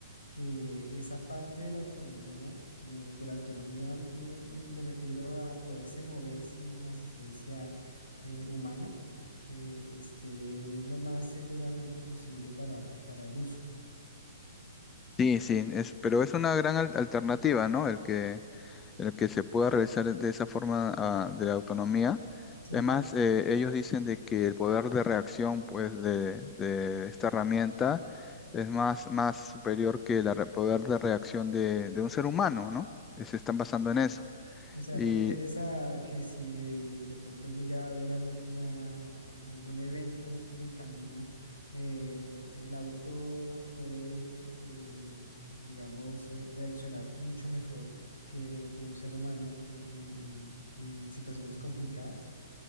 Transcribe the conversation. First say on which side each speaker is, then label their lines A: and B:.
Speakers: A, on the left; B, on the left.
A: que esa parte de la autonomía, eh, de la autonomía me, me refiero a poderse mover sin asistencia eh, humana, eh, esté lo más seguramente posible para, para el uso.
B: Sí, sí, es, pero es una gran al- alternativa, ¿no? El que el que se pueda realizar de esa forma ah, de la autonomía.
A: Sí.
B: Además, eh, ellos dicen de que el poder de reacción pues, de, de esta herramienta es más, más superior que el poder de reacción de, de un ser humano, ¿no? Eh, Se están basando en eso.
A: O sea,
B: Y
A: ¿te refieres a que si de pronto llega a haber alguna, algún evento en el camino, eh, el auto puede, eh, digamos, eh, reaccionar mucho mejor que, que un ser humano en, en- en- en situaciones complicadas?